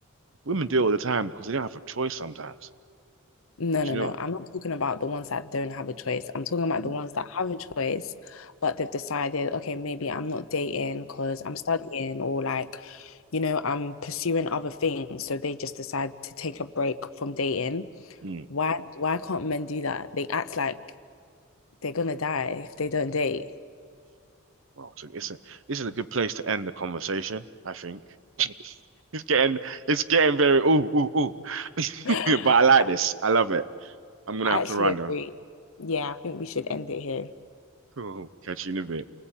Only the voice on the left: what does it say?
No,
no,
no.
I'm not talking about the ones that don't have a choice. I'm talking about
the ones that have a choice, but they've decided, okay, maybe I'm not dating because I'm studying or like, you know, I'm pursuing other things. So they just decide to take a break from dating.
Why, why can't men do that? They act like they're gonna die if they don't date. <gasps>
<laughs>
I
actually
agree.
Yeah, I think we should end it here.